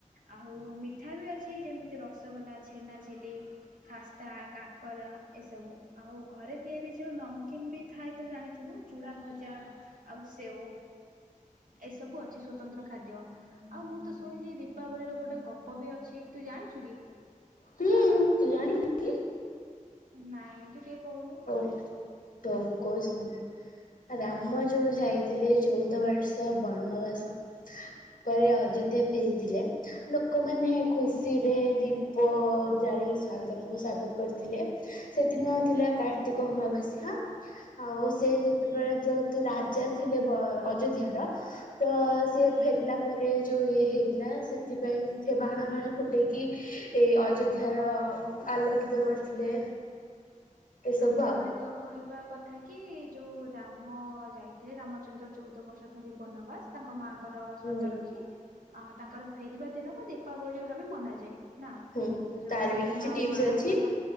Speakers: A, on the right; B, on the left.
A: ଆଉ ମିଠା ବି ଅଛି ଯେମିତି- ରସଗୋଲା, ଛେନା ଝିଲି ସ୍ତା <unintelligible> କାକରା ଏସବୁ ଆଉ ଘରେ ତିଆରି ଯଉ ନମକୀନ୍ ବି ଥାଏ ତ ଜାଣିିଥିବୁ ଚୁଡ଼ା ଭଜା ଆଉ ସେଓ ଏସବୁ ଅଛି ସ୍ଵତନ୍ତ୍ର ଖାଦ୍ୟ ଆଉ ମୁଁ ତ ଶୁଣିଛି ଦୀପାବଳିର ଗୋଟେ ଗପ ବି ଅଛି ତୁ ଜାଣିଛୁ କି?
B: ହୁଁ, ତୁ ଜାଣିନୁ କି?
A: ନାଇଁ ଟିକେ କହୁନୁ।
B: ହଉ, ତ ମୁଁ କହୁଚି ସୁନୁ ରାମ ଯୋଉ ଯାଇଥିଲେ ଚଉଦ ବର୍ଷ ବନବାସ ପରେ ଅଯୋଧ୍ୟା ଫେରିଥିଲେ ଲୋକମାନେ ଖୁସିରେ ଦୀପ ଜାଳି ତାଙ୍କୁ ସ୍ଵାଗତ କରିଥିଲେ। ସେଦିନ ଥିଲା କାଠ ପ୍ରତିକ ଅମାବାସ୍ୟା ଆଉ ସେ ଯେତେବେଳେ ଯେ ହେତୁ ରାଜା ଥିଲେ ଅଯୋଧ୍ୟାର <inaudible> ତ ସିଏ ଫେରିଲା ପରେ ଯେଉଁ ଇଏ ହେଇଥିଲା ସେଥିପାଇଁ ସେ ବାଣ ଫାଣ ଫୁଟାଇକି ଏ ଅଯୋଧ୍ୟାର ଆଲୋକିତ କରିଥିଲେ। ଏସବୁ
A: ଆଛା,
B: ଆଉ
A: ମାନେ ତୋ କହିବା କଥା କି ଯୋଉ ରାମ ଯାଇଥିଲେ, ରାମଚନ୍ଦ୍ର ଚଉଦ ବର୍ଷ ଧରି ବନବାସ, ତାଙ୍କ ମା ତାଙ୍କର ସର୍ତ୍ତ
B: ହୁଁ
A: ରଖି ଆ ତାଙ୍କର ଫେରିବା ଦିନକୁ ଦୀପାବଳି ଭାବେ ମନାଯାଏ। ନା
B: ହୁଁ
A: ଯଉ
B: ତାର
A: ସେଦିନ
B: ବି କିଛି ଟିପ୍ସ
A: ବାଣ
B: ଅଛି
A: ଫାଣ